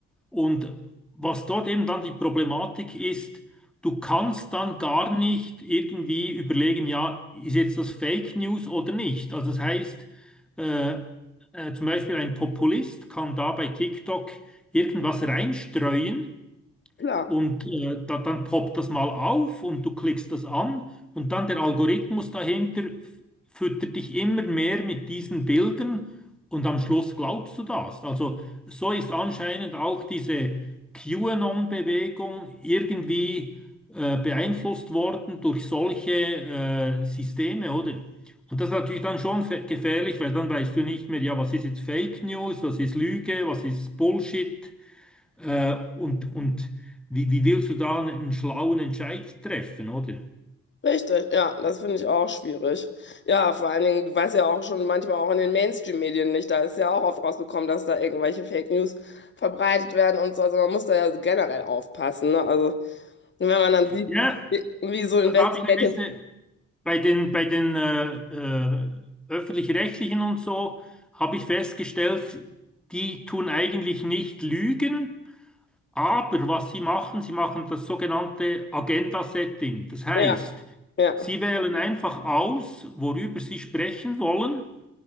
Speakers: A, in the centre; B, on the left.
A: Und was dort eben dann die Problematik ist, du kannst dann gar nicht irgendwie überlegen, ja, ist jetzt das Fake News oder nicht. Also das heißt, äh, äh, zum Beispiel ein Populist kann da bei TikTok irgendwas reinstreuen
B: Klar.
A: und äh, da, dann poppt das mal auf und du klickst das an und dann der Algorithmus dahinter f- füttert dich immer mehr mit diesen Bildern und am Schluss glaubst du das. Also so ist anscheinend auch diese QAnon-Bewegung irgendwie äh, beeinflusst worden durch solche äh, Systeme, oder? Und das ist natürlich dann schon fe- gefährlich, weil dann weißt du nicht mehr, ja, was ist jetzt Fake News, was ist Lüge, was ist Bullshit. Äh, und und wie, wie willst du da einen schlauen Entscheid treffen, oder?
B: Richtig, ja, das finde ich auch schwierig. Ja, vor allen Dingen, du weißt ja auch schon manchmal auch in den Mainstream-Medien nicht, da ist ja auch oft rausgekommen, dass da irgendwelche Fake News verbreitet werden und so. Also man muss da ja generell aufpassen, ne? Also wenn man dann sieht,
A: Ja,
B: wie, wie so Investigative,
A: da da habe ich ein bisschen bei den, bei den äh, äh, öffentlich-rechtlichen und so, habe ich festgestellt, die tun eigentlich nicht lügen, aber was sie machen, sie machen das sogenannte Agenda-Setting. Das heißt,
B: ja, ja,
A: sie wählen einfach aus, worüber sie sprechen wollen